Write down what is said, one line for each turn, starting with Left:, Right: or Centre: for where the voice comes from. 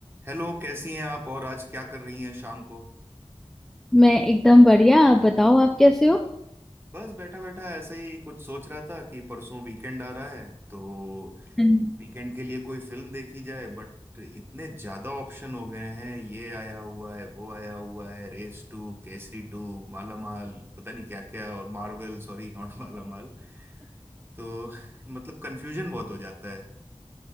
Right: Hello कैसी हैं आप और आज क्या कर रही हैं शाम को
Centre: मैं एकदम बढ़िया आप बताओ आप कैसे हो
Right: बस बैठा बैठा ऐसे ही कुछ सोच रहा था कि परसों वीकेंड आ रहा है तो
Centre: हम्म।
Right: वीकेंड के लिए कोई फिल्म देखी जाए बट इतने ज्यादा ऑप्शन हो गए हैं ये आया हुआ है वो आया हुआ है race two Kesari two Malamaal पता नहीं क्या क्या और Marvel sorry <laughs> not Malamaal तो मतलब कंफ्यूजन बहुत हो जाता है